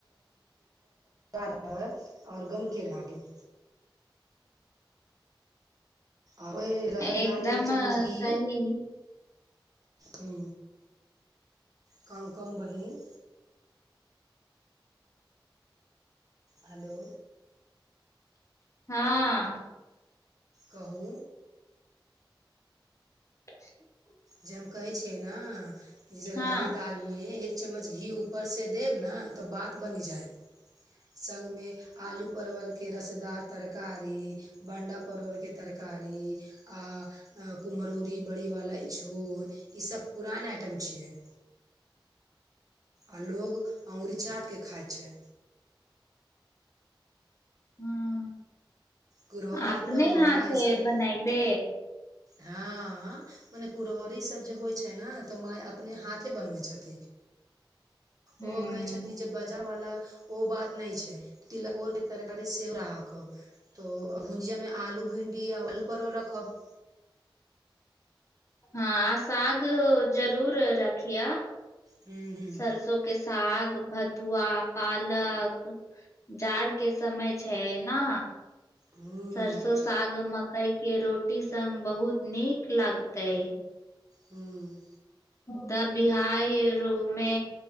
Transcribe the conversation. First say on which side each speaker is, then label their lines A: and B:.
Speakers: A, on the right; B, on the left.
A: रह आओर गमके लागैत आ रहरदान
B: एकदम
A: एक चम्मच घी
B: सही
A: हू कहूँ कहूँ बहिन हेलो
B: हँ
A: कहू
B: <inaudible>
A: जे हम कहै छियै ने कि जैसे
B: हँ
A: ररि दालि मे चम्मच घी ऊपर से देब ने तऽ बात बनि जायत संग मे आलू परवल के रसदार तरकारी बंडा पड़ोड़क तरकारी। आ कुम्हरौरी बड़ीवाला इछोर ईसभ पुरान आइटम छियै आ लोग अंगुरी चाट कऽ खाइत छै
B: ह
A: कुरहड़ि
B: अपने
A: तऽ
B: हाथे
A: माइ सब
B: बनायबे
A: हँ मने कुुरहौरीसभ जे होइत छै ने तऽ माय अपने हाथे बनबैत छथि
B: हूं
A: ओहो कहै छथि जे बाजार वाला ओ बात नहि छै तिलकोर के तरकारी सेहो राखब तऽ भुजियामे आलू भिण्डी आ आलू परोल रखब
B: हँ आ साग जरूर रखिए
A: हुं हुं
B: सरसों के साग भथुआ पालक जाड़क समय छै ने,
A: हुं
B: सरसो सागमे। कय के रोटी सग बहुत नीक लागते
A: हँ
B: त बिहार रोमे